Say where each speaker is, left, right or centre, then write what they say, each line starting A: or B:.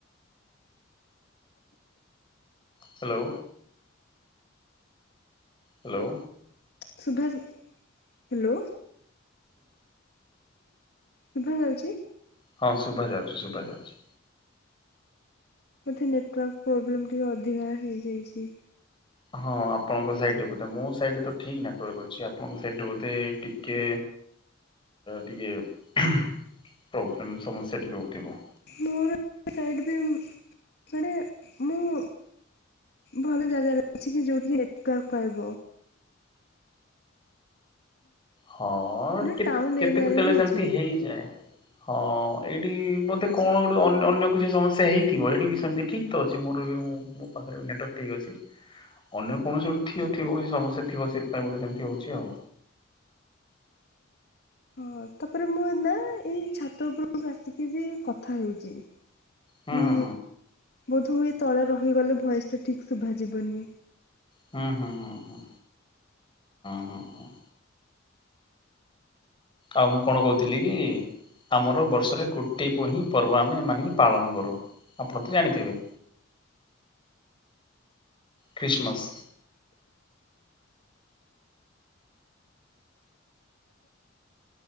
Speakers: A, on the left (about 25°); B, on the left (about 55°).
A: ହ୍ୟାଲୋ। ହ୍ୟାଲୋ।
B: ସୁଭାଯାଚି। ହ୍ୟାଲୋ। ଶୁଭା ଯାଉଛି।
A: ହଁ ଶୁଭା ଯାଉଛି। ଶୁଭା ଯାଉଛି।
B: ବୋଧେ ନେଟୱାର୍କ୍ ପ୍ରୋବ୍ଲେମ୍ ଟିକେ ଅଧିକା ହେଇଯାଇଛି।
A: ହଁ ଆପଣଙ୍କ ସାଇଡରେ ବୋଧେ। ମୋ ସାଇଡରେ ତ ଠିକ୍ ନେଟାର୍କ ଅଛି। ଆପଣଙ୍କ ସାଇଡରେ ବୋଧେ ଟିକେ ଟିକେ ପ୍ରୋବ୍ଲେମ୍, ସମସ୍ୟା ଟିକେ ହଉଥିବ।
B: ମୋର ସାଇଡ୍ ବି। ମାନେ ମୁଁ ଭଲ ଜାଗା ର ଅଛି କି? ଯୋଉଠି କି ନେଟୱାର୍କ ପାଇବ?
A: ହଁ
B: ମାନେ
A: ଟି-କେତ୍
B: ଟାଉନ ଏରିଆରେ
A: କେ-କେତେଳେ
B: ହିଁ
A: ସେମିତି
B: ଅଛି।
A: ହେଇଯାଏ। ହଁ ଏଇଠି ବୋଧେ କଣ ଗୋଟେ ଅନ୍ୟ ଅନ୍ୟ କିଛି ସମସ୍ୟା ହେଇଥିବ? ଏଇଠି ବି ସେମିତି କି ଅଛି ମୋର ବି, ମୁଁ ମୋ ପାଖରେ ନେଟୱାର୍କ ଠିକ୍ ଅଛି। ଅନ୍ୟ କୌଣସି ଗୋଟେ ଥି-ଥିବ କିଛି ସମସ୍ୟା ଥିବ। ସେଇଥିପାଇଁ ବୋଧେ ସେମିତି ହଉଛି ଆଉ।
B: ହଁ। ତାପରେ ମୁଁ ନା, ଏଇ ଛାତ ଉପର ଆସିକି ବି କଥା ହେଉଛି।
A: ହୁଁ
B: କି
A: ହୁଁ
B: ବୋଧ ହୁଏ, ତଳେ ରହିଗଲେ ଭଏସଟା ଠିକ୍ ଶୁଭାଯିବ ନି।
A: ହୁଁ ହୁଁ ହୁଁ। ଆଉ ମୁଁ କଣ କହୁଥିଲି କି? ଆମର ବର୍ଷରେ ଗୋଟିଏକୁ ହିଁ ପର୍ବ ଆମେ ଏମାନେ ପାଳନ କରୁ। ଆପଣ ତ ଜାଣିଥିବେ। ଖ୍ରୀଷ୍ଟମାସ୍।